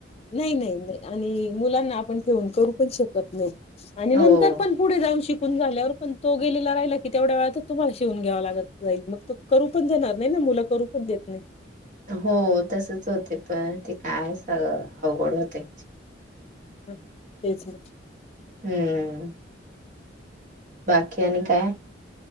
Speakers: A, on the left (about 30°); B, on the right (about 45°).
A: नाही नाही नाही आणि मुलांना आपण कोणं करू पण शकत नाय. आणि
B: हो.
A: नंतर पण पुढे जाऊन शिक पण झाल्यावर पण तो गेलेला राहिला कि तेवढ्या वेळा तर तुम्हाला शिवून घ्यावा लागत जाईल मग तो करू पण देणार नाही ना मुला करू पण देत नाय.
B: हो तसच होते पण ते काय सगळ अवघड होतय.
A: हं तेच ना
B: हूं बाकी आणि काय